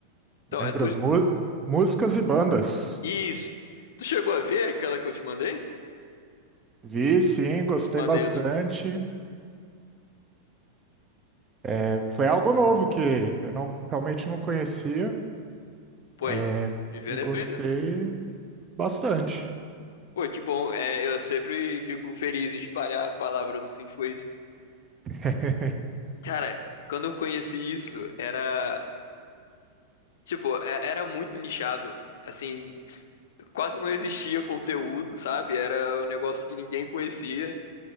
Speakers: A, on the left (about 60°); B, on the right (about 20°).
A: Então,
B: lembro,
A: é tu...
B: mu- músicas e bandas.
A: Isso. Tu chegou a ver aquela que eu te mandei?
B: Vi, sim, gostei
A: Te mandei
B: bastante.
A: o nome.
B: É, foi algo novo que eu não, realmente não conhecia,
A: Pô,
B: é,
A: aí, te vendo
B: e gostei
A: e aprendendo.
B: bastante.
A: Pô, que bom. É, eu sempre fico feliz em espalhar a palavra do Sinfoes.
B: <laughs>
A: Cara, quando eu conheci isso, era. Tipo, é- era muito nichado. Assim, quase não existia conteúdo, sabe? Era um negócio que ninguém conhecia.